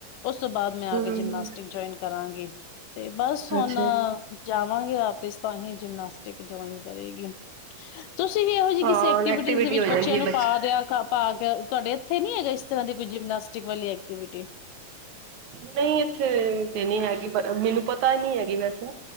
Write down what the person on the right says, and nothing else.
ਹਮ
ਅੱਛਾ
ਹਾਂ
ਹੋ ਜਾਂਦੀ
ਹੈ
ਬੱਚੇ
ਨਹੀਂ ਇੱਥੇ ਤੇ ਨਹੀਂ ਹੈਗੀ ਮੈਨੂੰ ਪਤਾ ਹੀ ਨਹੀਂ ਹੈਗੀ ਵੈਸੇ।